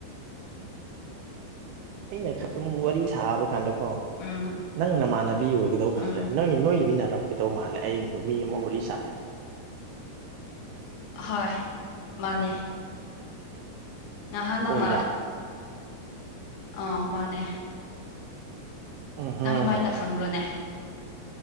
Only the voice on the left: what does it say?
ꯎꯝ
ꯎꯝ
ꯍꯣꯏ ꯃꯥꯅꯦ ꯅꯅꯥꯍꯥ ꯂꯝꯥ
ꯑꯥ ꯃꯥꯅꯦ
ꯅꯪ ꯀꯃꯥꯏꯅ ꯈꯪꯪꯂꯣꯅꯦ